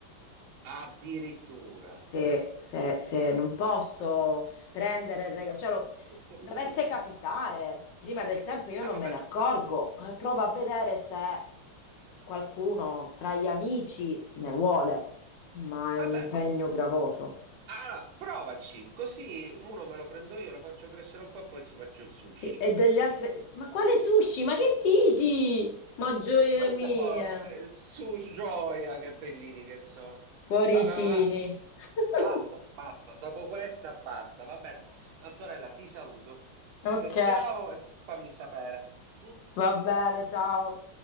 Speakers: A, on the right (about 80°); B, on the left (about 70°).
A: Addirittura.
B: Se, se- se non posso prendere il regalo, cioè, lo-
A: Ho capito.
B: dovesse capitare prima del tempo, io
A: Ah,
B: non
A: va
B: me
A: bene,
B: ne accorgo, Eh, provo a vedere se qualcuno tra gli amici ne vuole, ma è
A: va
B: un
A: bene.
B: impegno gravoso.
A: Allora, provaci, così uno me lo prendo io, lo faccio crescere un po' e poi ci faccio il sushi.
B: Sì, e degli altri, ma quale sushi? Ma che dici? Ma gioie
A: Ma Questa
B: mie!
A: è buona. eh, Su gioia, che bellini che sono.
B: Cuoricini.
A: Va, va, va.
B: <laughs>
A: Basta, basta. Dopo questa, basta. Va bene. Antonella, ti saluto. Ci
B: Ok,
A: sentiamo e fammi sapere. Mm?
B: va bene, ciao.